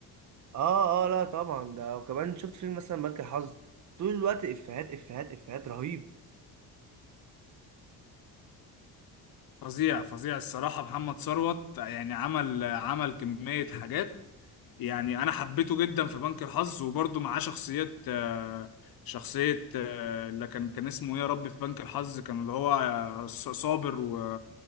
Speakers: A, on the right; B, on the left.
A: اه اه لا طبعا ده وكمان شفت فيلم مثلا بنك الحظ طول الوقت افيهات افيهات افيهات رهيب
B: فظيع فظيع الصراحة محمد ثروت يعني عمل عمل كمية حاجات يعني أنا حبيته جدا في بنك الحظ وبرضو معاه شخصية آه، شخصية آه، اللي كان كان اسمه إيه يا ربي في بنك الحظ كان اللي هو آه، ص- صابر و